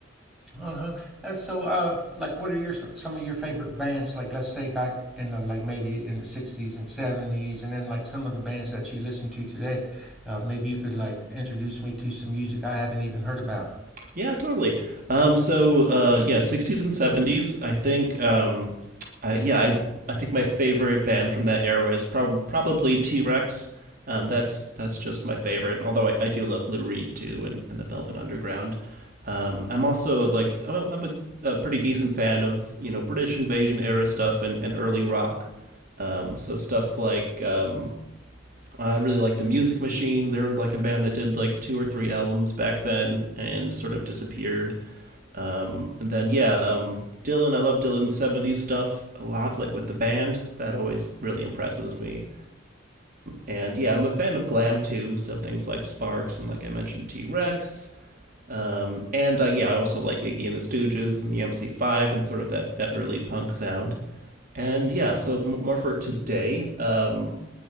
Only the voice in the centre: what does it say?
Uh-huh. Uh, So, uh, like, what are your some of your favorite bands? Like, let's say back in the like maybe in the '60s and '70s, and then like some of the bands that you listen to today. Uh, maybe you could like introduce me to some music I haven't even heard about.
Mm,